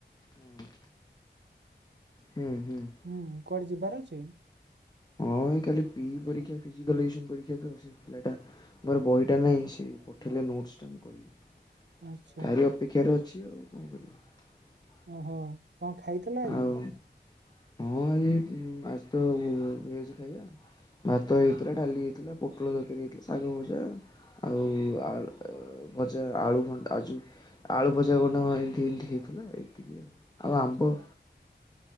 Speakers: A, on the left; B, on the right.
A: ହୁଁ। ହୁଁ ହୁଁ।
B: ହୁଁ କୁଆଡେ ଯିବାର ଅଛି।
A: ହଁ ଏଇ କାଲି ପି ପରୀକ୍ଷା ଫିଜିକାଲିସନ ପରୀକ୍ଷା ତ ସେ। ପିଲାଟା ମୋ ପାଖରେ ବହିଟା ନାହିଁ ସେ ପଠେଇଲେ ନୋଟ୍ସ ଟା ମୁଁ କରିବି।
B: ଆଚ୍ଛା।
A: ତାରି ଅପେକ୍ଷାରେ ଅଛି ଆଉ କଣ କରିବା।
B: ଓହୋ କଁ ଖାଇଥିଲ ଆଜି।
A: ଆଉ ହଁ ଆଜି ଆଜି ତ ଭେଜ ଖାଇବା। ଭାତ ହେଇଥିଲା ଡାଲି ହେଇଥିଲା ପୋଟଳ ଦରକାରୀ ହେଇଥିଲା ଶାଗଭଜା। ଆଉ ଆଳୁ ଭଜା ଆଳୁ ଭଣ୍ଡା ଆ ଯୋଉ। ଆଳୁ ଭଜା ଭଣ୍ଡା କଁ ଏମତି ଏମତି ହେଇଥିଲା ଏତିକି ଆଉ ଆଉ ଆମ୍ବ।